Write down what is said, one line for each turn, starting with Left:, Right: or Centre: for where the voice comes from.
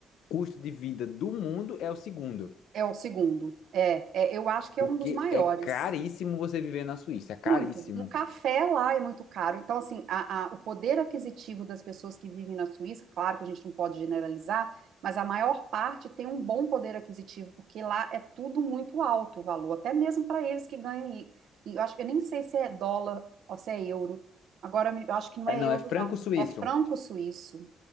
Left: custo de vida do mundo, é o segundo.
Right: É o segundo. É, é, eu acho que
Left: Porque
Right: é um dos maiores.
Left: é caríssimo você viver na Suíça, é caríssimo.
Right: Muito. Um café lá é muito caro. Então, assim, a- a- o poder aquisitivo das pessoas que vivem na Suíça, claro que a gente não pode generalizar, mas a maior parte tem um bom poder aquisitivo, porque lá é tudo muito alto o valor, até mesmo para eles que ganham. E, e eu acho que eu nem sei se é dólar ou se é euro. Agora, me- eu acho que não
Left: É,
Right: é
Left: não,
Right: euro,
Left: é franco-suíço.
Right: não. É franco suíço.